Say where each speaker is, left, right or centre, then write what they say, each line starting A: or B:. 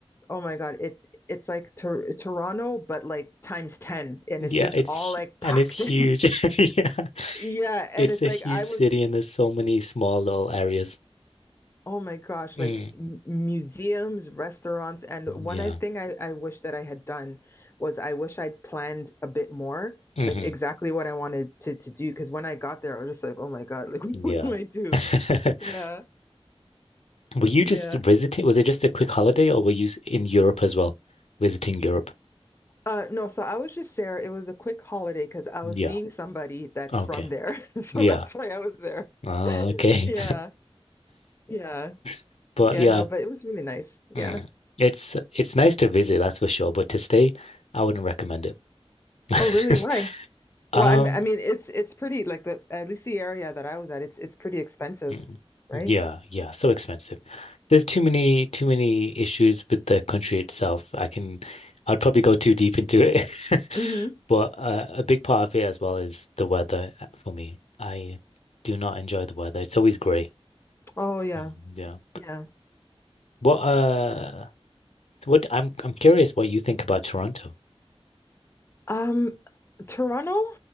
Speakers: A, on the left; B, on the left.
A: oh my God, it it's like Tor Toronto, but like times 10, and
B: Yeah,
A: it's just
B: it's
A: all like
B: and
A: packed
B: it's
A: in.
B: huge.
A: <laughs>
B: <laughs> Yeah.
A: Yeah, and
B: It's
A: it's
B: a
A: like
B: huge
A: I was
B: city and there's so many small little areas.
A: Oh my gosh,
B: Mm.
A: like m museums, restaurants, and one
B: Yeah.
A: I thing I, I wish that I had done was I wish I'd planned a bit more,
B: hmm
A: like exactly what I wanted to to do. Because when I got there, I was just like, oh my God, like <laughs>
B: Yeah.
A: what do I do?
B: <laughs>
A: Yeah,
B: Were you
A: yeah.
B: just visiting? Was it just a quick holiday or were you s- in Europe as well? Visiting Europe?
A: Uh, no, so I was just there. It was a quick holiday because I
B: Yeah.
A: was seeing somebody that's
B: Okay.
A: from there, <laughs> so
B: Yeah.
A: that's why I was there.
B: Ah,
A: <laughs>
B: okay.
A: Yeah, yeah,
B: <laughs> But
A: yeah.
B: yeah,
A: No, but it was really nice. Yeah.
B: mm, It's it's nice to visit, that's for sure, but to stay, I wouldn't recommend it. <laughs>
A: Oh, really? Why?
B: Um,
A: Well, I m- I mean, it's it's pretty like the at least the area that I was at, it's it's pretty expensive,
B: Mm.
A: right?
B: Yeah, yeah, so expensive. There's too many too many issues with the country itself. I can I'd probably go too deep into it. <laughs>
A: Mm-hmm.
B: But uh, a big part of it as well is the weather uh, for me. I do not enjoy the weather. It's always gray.
A: Oh yeah,
B: Mm, Yeah.
A: yeah.
B: What uh what I'm I'm curious what you think about Toronto.
A: Um, Toronto.